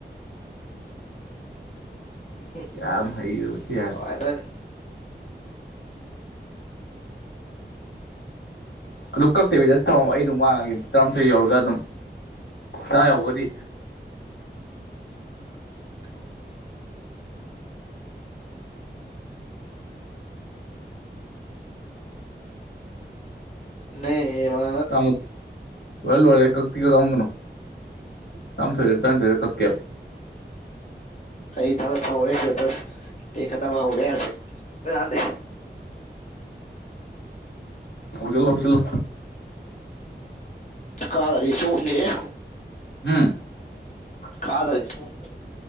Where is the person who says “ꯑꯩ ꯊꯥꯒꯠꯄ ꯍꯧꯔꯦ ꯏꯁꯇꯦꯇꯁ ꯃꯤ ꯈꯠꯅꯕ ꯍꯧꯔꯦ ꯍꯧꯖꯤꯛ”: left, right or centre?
Left